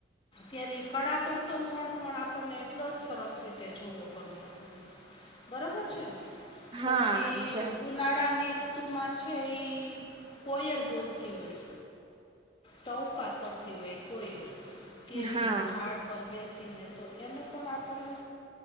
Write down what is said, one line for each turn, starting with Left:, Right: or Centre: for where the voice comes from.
Left: ત્યારે કળા કરતો મણ પણ આપણને એટલો જ સરસ રીતે જુવો ગમે આપણને બરોબર છે ને
Right: હા
Left: પછી
Right: જ
Left: ઉનાળાની ઋત તુંમાં છે એ કોયલ બોલતી હોય ટઉકા કરતી હોય કોઈ કેરી
Right: હા
Left: ના ઝાડ પર બેસીને તો એનું પણ આપણને